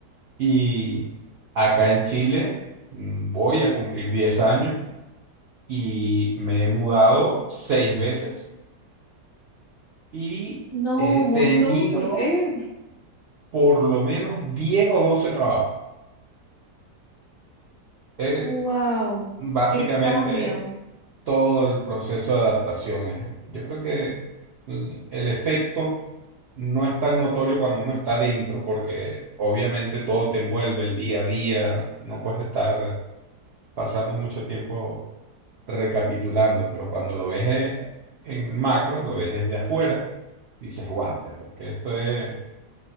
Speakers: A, on the right; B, on the left.
A: Y acá en Chile mm, voy a cumplir 10 años y me he mudado seis veces y
B: No,
A: he
B: un
A: tenido
B: montón, ¿por qué?
A: por lo menos 10 o 12 trabajos. Eh,
B: Wow,
A: básicamente
B: qué cambio.
A: todo el proceso de adaptación. Es- Yo creo que el el efecto no es tan notorio cuando uno está dentro, porque obviamente todo te envuelve el día a día, no puedes estar pasando mucho tiempo recapitulando, pero cuando lo ves eh, en macro, lo ves desde afuera, dices, wow, de verdad, que esto es,